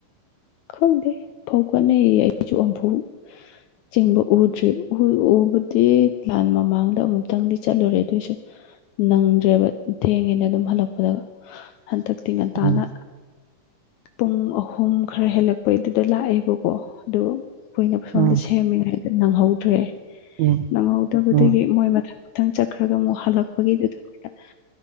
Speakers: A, on the left; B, on the right.
A: ꯈꯪꯗꯦ ꯐꯧ ꯀꯠꯅꯩꯌꯦ ꯑꯩꯁꯨ ꯑꯃꯐꯧ ꯆꯤꯡꯕ ꯎꯗ꯭ꯔꯤ ꯎꯕꯗꯤ ꯂꯥꯟ ꯃꯃꯥꯡꯗ ꯑꯃꯨꯛꯇꯪꯗꯤ ꯆꯠꯂꯨꯔꯦ ꯑꯗꯨꯑꯣꯏꯁꯨ ꯅꯪꯗ꯭ꯔꯦꯕ ꯊꯦꯡꯉꯦꯅꯦ ꯑꯗꯨꯝ ꯍꯜꯂꯛꯄꯗꯒ ꯍꯟꯗꯛꯇꯤ ꯉꯟꯇꯥꯅ
B: ꯎꯝ
A: ꯄꯨꯡ ꯑꯍꯨꯝ ꯈꯔ ꯍꯦꯜꯂꯛꯄꯩꯗꯨꯗ ꯂꯥꯛꯑꯦꯕꯀꯣ ꯑꯗꯨ ꯀꯨꯏꯅ ꯁꯣꯝꯗ
B: ꯎꯝ
A: ꯁꯦꯝꯃꯤꯉꯩꯗ ꯅꯪꯍꯧꯗ꯭ꯔꯦ
B: ꯎꯝ
A: ꯅꯪꯍꯧꯗꯕꯗꯒꯤ
B: ꯎꯝ
A: ꯃꯣꯏ ꯃꯊ ꯊꯪ ꯆꯠꯈ꯭ꯔꯒ ꯑꯃꯨꯛ ꯍꯜꯂꯛꯄꯒꯤꯗꯨꯗ ꯀꯠ